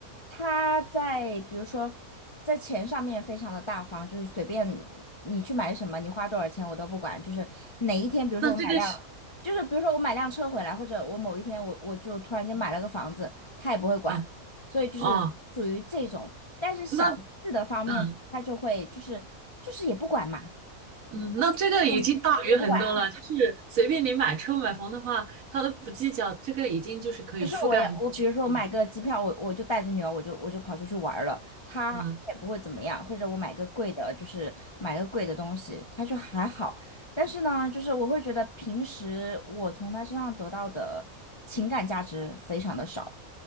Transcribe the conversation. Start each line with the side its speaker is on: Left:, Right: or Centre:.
Left: 他在比如说在钱上面非常的大方，就是随便你去买什么，你花多少钱我都不管。就是哪一天，比如说我买辆，
Right: 那这个是
Left: 就是比如说我买辆车回来，或者我某一天我我就突然间买了个房子，他也不会管。
Right: 啊，
Left: 所以就是属于这种，
Right: 哦，
Left: 但是小事的方面他就会就是就是也不管嘛，
Right: 那嗯嗯，那这个已经大于很多了。
Left: 就是我不管，
Right: 就是随便你买车买房的话，他都不计较，这个已经就是可以覆盖很多群体了。
Left: 就是我要我，比如说我买个机票，我我就带着女儿，我就我就跑出去玩儿了，她也不会怎么样。
Right: 嗯。
Left: 或者我买个贵的，就是买个贵的东西，她就还好。但是呢，就是我会觉得平时我从她身上得到的情感价值非常的少，